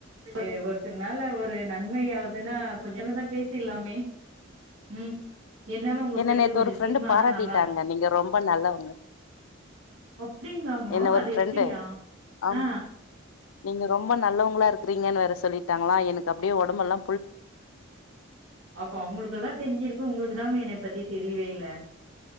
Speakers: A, on the right; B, on the left.
A: வே ஒருத்த நால ஒருத் ஒரு நன்மையாவதுன்னா கொஞ்ச நேரம் தான் பேசிற்லாமே உம் என்னால உங்க
B: என்ன
A: ஃப்ரெண்டு
B: நேத்து
A: கொஞ்ச
B: ஒரு
A: ஸ்லிம்மானா
B: பாராட்டிட்டாங்க
A: நல்லா இருக்
B: நீங்க ரொம்ப நல்லவங்க
A: அப்டிங்காளாங்கோ
B: என்ன ஒரு
A: அது
B: ஃப்ரெண்டு
A: எப்டியா
B: ஆம்
A: ஆ
B: நீங்க ரொம்ப நல்லவங்களா இருக்கறீங்கன்னு வேற சொல்லிட்டாங்களா எனக்கு அப்டியே ஒடம்பல்லா
A: அப்ப அவங்களுக்கெல்லாம் தெரிஞ்சிருக்கு உங்களுக்கு தா <unintelligible> பத்தி தெரியவேல